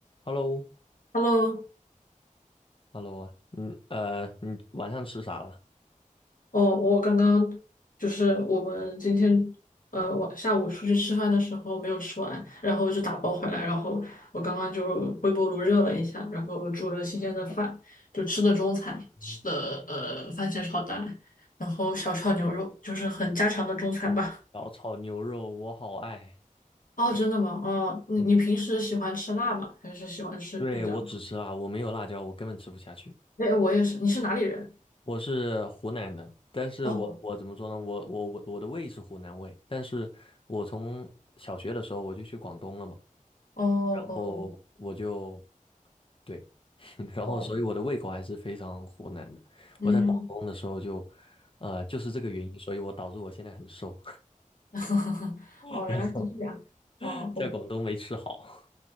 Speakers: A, on the left; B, on the left.
A: Hello，Hello
B: Hello，
A: 啊，嗯，呃，你晚上吃啥了？
B: 哦，我刚刚就是我们今天呃晚下午出去吃饭的时候没有吃完，然后就打包回来，然后我刚刚就微波炉热了一下，然后煮了新鲜的饭，就吃的中餐，
A: 嗯
B: 吃的呃番茄炒蛋，然后小炒牛肉，就是很家常的中餐吧。
A: 小炒牛肉，我好爱。
B: 哦，真的吗？哦，你你平时喜欢吃辣吗？
A: 嗯，
B: 还是喜欢吃比较？
A: 对，我只吃辣，我没有辣椒，我根本吃不下去。
B: 哎，我也是。你是哪里人？
A: 我是湖南的，但是我我怎么说呢？
B: 哦
A: 我我我我的胃是湖南胃，但是我从小学的时候我就去广东了嘛，
B: 哦哦
A: 然后我就对，<laughs> 然后所以我的胃口还是非常湖南的。
B: 哦，嗯。
A: 我在广东的时候就，呃，就是这个原因，所以我导致我现在很瘦，
B: <laughs>
A: <laughs>
B: 哦，
A: 然后
B: 原来是这样。哦，
A: 在广东没吃好。